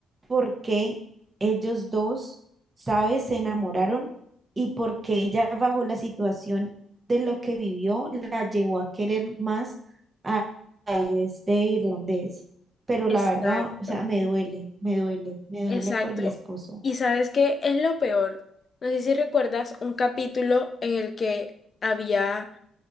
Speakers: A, on the right (about 25°); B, on the left (about 40°).
A: por qué ellos dos, ¿sabes?, se enamoraron y por qué ella bajo la situación de lo que vivió la llevó a querer más a a este irlandés. Pero
B: exacto.
A: la verdad, o sea, me duele, me duele, me duele
B: Exacto.
A: por el esposo.
B: Y sabes qué es lo peor. No sé si recuerdas un capítulo en el que había